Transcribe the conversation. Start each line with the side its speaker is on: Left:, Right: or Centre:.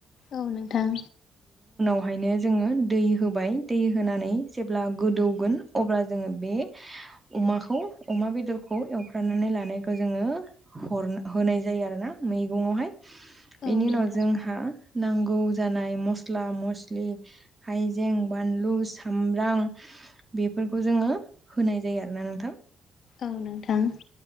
Left: औ नोंथां।
Right: बवहायनो जोङो दै होबाय दै होनानै जेब्ला गोदौगोन अब्ला जोङो बे अमाखौ अमा बेदरखौ एवफ्रामनानै लानायखौ जोङो हर होनाय जायो आरो ना मैगङावहाय बेनि
Left: औ नोंथां औ नोंथां
Right: उनाव जोंहा नांगौ जानाय मस्ला मस्लि, हायजें, बानलु, सामब्राम बेफोरखौ जोङो होनाय जायो आरोना नोंथां।
Left: औ नोंथां।